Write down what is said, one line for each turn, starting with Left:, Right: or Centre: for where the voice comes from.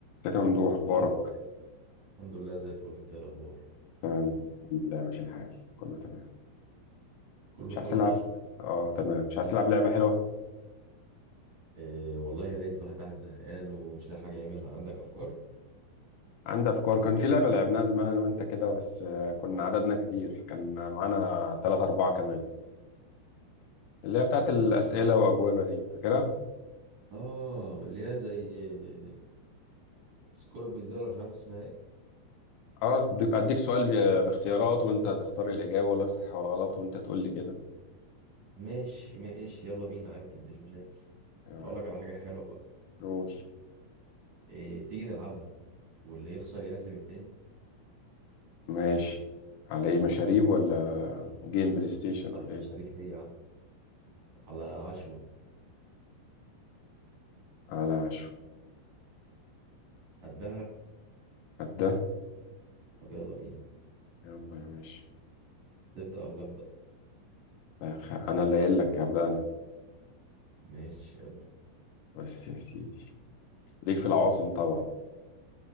Left: ازيك يا ممدوح اخبارك
Right: ايه الاخبار الحمد لله زي الفل انت ايه الاخبار
Left: تمام الحمد لله ماشي الحال كله تمام
Right: كله
Left: مش
Right: فل
Left: عايز تلعب اه تمام مش عايز تلعب لعبه حلوه
Right: إيه والله يا ريت الواحد قاعد زهقان ومش لاقي حاجه يعملها عندك افكار
Left: عندي افكار كان في لعبه لعبناها زمان انا وانت كده بس آه، كنا عددنا كتير كان معانا ثلاثة أربعة كمان اللي هي بتاعت
Right: إيه
Left: الاسئله
Right: ايوه
Left: واجوبه دي فاكرها
Right: اه اللي هي زي إيه، سكوربل دي ولا مش عارف اسمها ايه
Left: اه اديك أديك سؤال ب- باختيارات وانت تختار الاجابه واقول لك صح ولا غلط وانت تقول لي كده
Right: ماشي ماشي يلا بينا عادي ما عنديش مشاكل
Left: آه،
Right: هقول لك على حاجه حلوه بقى
Left: قول
Right: إيه تيجي نلعبها واللي يخسر يعزم التاني
Left: ماشي على ايه مشاريب ولا جيم بلاي ستيشن
Right: لحمه
Left: ولا ايه
Right: شريف ايه يا عم على عشوه
Left: على عشو
Right: قدها
Left: قد ده
Right: طب يلا بينا
Left: يلا يا باشا
Right: تبدا ولا ابدا
Left: أخ- انا اللي قايل لك هبدأ انا
Right: ماشي ابدا
Left: بس يا سيدي ليك في العواصم طبعا